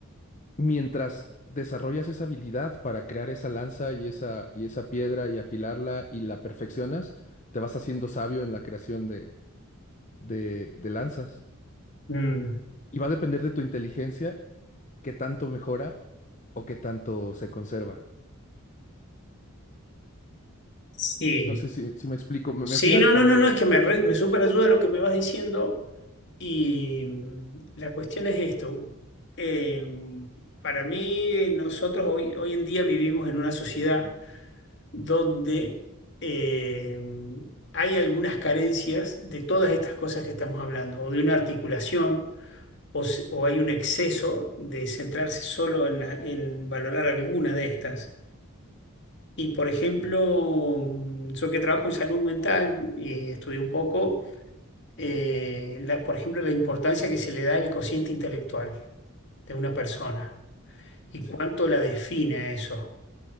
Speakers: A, on the left; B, on the left.
A: mientras desarrollas esa habilidad para crear esa lanza y esa, y esa piedra y afilarla y la perfeccionas, te vas haciendo sabio en la creación de, de, de lanzas.
B: Mm,
A: Y va a depender de tu inteligencia qué tanto mejora o qué tanto se conserva.
B: sí,
A: No sé si, si me explico. Me,
B: sí,
A: me fui al,
B: no, no,
A: al
B: no, no, es que me, re- me súper ayuda lo que me vas diciendo y mm, la cuestión es esto. Eh, para mí, nosotros hoy, hoy en día vivimos en una sociedad donde eh, hay algunas carencias de todas estas cosas que estamos hablando, o de una articulación, o, s- o hay un exceso de centrarse solo en, en valorar alguna de estas. Y por ejemplo, mm, yo que trabajo en salud mental y estudié un poco, eh, la- por ejemplo, la importancia que se le da al cociente intelectual de una persona y
A: Sí.
B: cuánto la define eso.